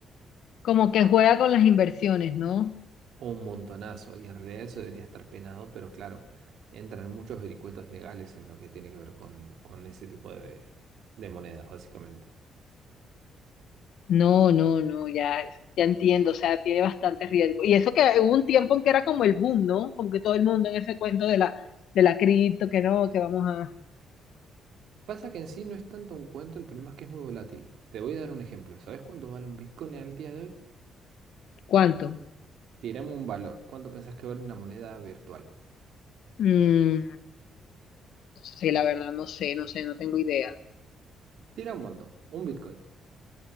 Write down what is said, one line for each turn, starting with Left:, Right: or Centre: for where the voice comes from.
Left: Como que juega con las inversiones, ¿no?
Right: Un montonazo, y en realidad eso debería estar penado, pero claro, entran muchos vericuetos legales en lo que tiene que ver con, con ese tipo de, de monedas, básicamente.
Left: No, no, no, ya, ya entiendo, o sea, tiene bastante riesgo. Y eso que hubo un tiempo en que era como el boom, ¿no? Como que todo el mundo en ese cuento de la, de la cripto, que no, que vamos a...
Right: Pasa que en sí no es tanto un cuento, el problema es que es muy volátil. Te voy a dar un ejemplo. ¿Sabes cuánto vale un Bitcoin al día de hoy?
Left: ¿Cuánto?
Right: Tiramos un valor. ¿Cuánto pensás que vale una moneda virtual?
Left: Mm, no sé, la verdad, no sé, no sé, no tengo idea.
Right: Tira un montón. Un Bitcoin.